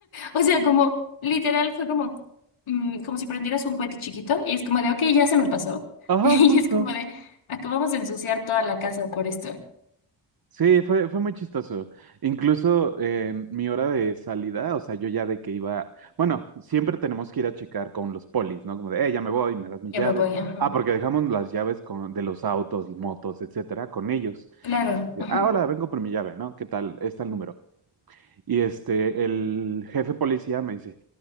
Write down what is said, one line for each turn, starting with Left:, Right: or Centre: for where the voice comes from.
Left: O sea, como, literal, fue como, mm, como si prendieras un cohete chiquito y es como de, ok, ya se me pasó. <laughs>
Right: Ajá,
Left: Y
Right: justo.
Left: es como de, acabamos de ensuciar toda la casa por esto.
Right: Sí, fue, fue muy chistoso. Incluso en mi hora de salida, o sea, yo ya de que iba, bueno, siempre tenemos que ir a checar con los polis, ¿no? Como de, eh, ya me voy, me das mis
Left: Ya
Right: llaves.
Left: me voy, ajá.
Right: Ah, porque dejamos las llaves con, de los autos, motos, etcétera, con ellos.
Left: Claro,
Right: Eh,
Left: ajá.
Right: Ah, hola, vengo por mi llave, ¿no? ¿Qué tal? Está el número. Y este, el jefe policía me dice,